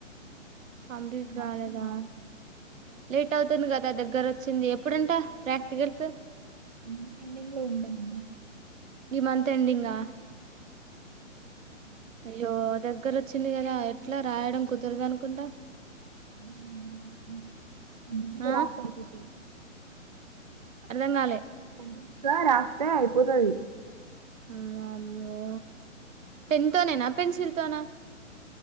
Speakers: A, on the right; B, on the right.
A: కంప్లీట్
B: రాస్తున్నాను.
A: కాలేదా లేట్ అవుతుంది గదా దగ్గర వచ్చింది ఎప్పుడంట ప్రాక్టికల్స్
B: ఈ మంత్ ఎండింగ్ లో ఉంట ఏమో
A: ఈ మంత్ ఎండింగా అయ్యో దగ్గరోచ్చింది గా ఎట్లా రాయడం కుదరదు అనుకుంటా
B: <unintelligible>
A: ఆ
B: రాసుకొని చూపి
A: అర్థంగాలే
B: కంటిన్యూ గా రాస్తే అయిపోతది
A: అమ్ వామ్మో పెన్ తోనేనా పెన్సిల్ తోనా